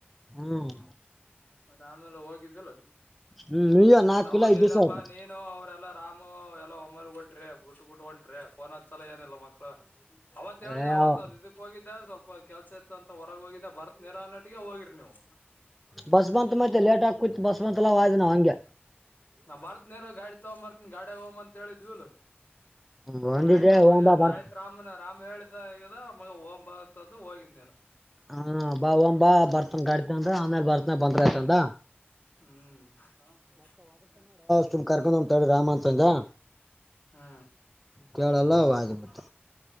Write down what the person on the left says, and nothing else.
ಮತ್ತೆ ಆಮೇಲೆ ಹೋಗಿದ್ದಲು
ಮತ್ತ
ಅವಾಗ
ಎಲ್ಲಪ್ಪ
ನೀನ್ ಇನು ಅವ್ರೆಲ್ಲ ರಾಮು ಎಲ್ಲ ಒಮ್ಮರ್ ಹೊಂಟ್ರಿ ಬಿಟ್ ಬಿಟ್ಟ ಹೊಂಟ್ರಿ ಫೋನ್ ಹತ್ಸಲ ಏನಿಲ್ಲಲ್ಲ ಮಕ್ಳು ಅವತ್ ಹೇಳಿದೆ
ಅವತ್
ಅದು ಹೋಗಿದ್ದೆ ಸ್ವಲ್ಪ ಕೆಲ್ಸ ಇತ್ತ ಅಂತ ಹೊರಗ ಹೋಗಿದ್ದೆ ಬರತ್ ನೀರಾ ನಟಿಗೆ ಹೋಗಿರಿ ನೀವು
ನಾ್ ಬರ್ತನಿಾರ ಗಾಡಿ ತಗೊ ಬರ್ತೀನಿ ಗಾಡ ಹೋಗ್ ಅಂತ ಹೇಳಿದ್ವಿಲ್ ಆ
ಆಯ್ತ ಅವ
ಏನು
ಆಯ್ತ ರಾಮನ ರಾಮ್ ಹೇಳಿದಗ ಮ ಓಂ ಭಾರತ್ ಅಂದು ಹೋಗಿದ್ ನೀು
ಹ್ಮ್
ಹಾ